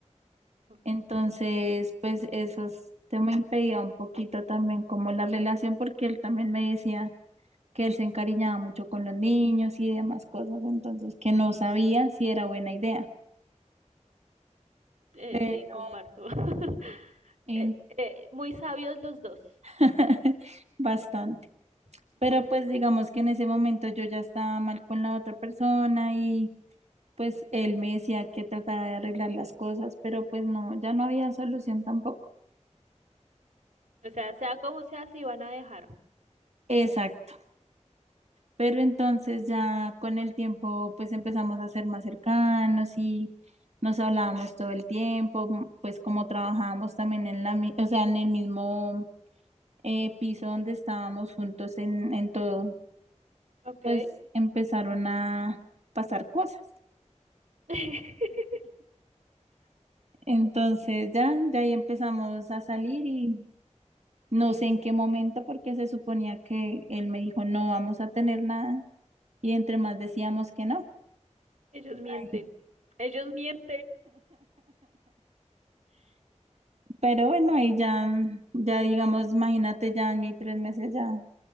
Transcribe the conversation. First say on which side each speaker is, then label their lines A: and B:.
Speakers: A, on the right (about 80°); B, on the right (about 65°).
A: ok,
B: entonces pues eso es- se me impedía un poquito también como la relación porque él también me decía que él se encariñaba mucho con los niños y demás cosas, entonces que no sabía si era buena idea.
A: eh,
B: Pero,
A: sí, comparto. <laughs>
B: en-
A: Eh, eh, muy sabios los dos.
B: <laughs> bastante.
A: <laughs>
B: Pero pues digamos que en ese momento yo ya estaba mal con la otra persona y pues él me decía que trataba de arreglar las cosas, pero pues no, ya no había solución tampoco.
A: O sea, sea como sea, si van a dejar.
B: Exacto, pero entonces ya con el tiempo pues empezamos a ser más cercanos y nos hablábamos todo el tiempo, m- pues como trabajábamos también en la, mi- o sea, en el mismo eh, piso donde estábamos juntos en, en todo,
A: Ok.
B: pues empezaron a pasar cosas.
A: <laughs>
B: Entonces ya, ya ahí empezamos a salir y no sé en qué momento porque se suponía que él me dijo no vamos a tener nada y entre más decíamos que no.
A: Ellos mienten.
B: Ay.
A: Ellos mienten.
B: Pero bueno, ahí ya, mm, ya digamos, imagínate, ya año y tres meses, ya,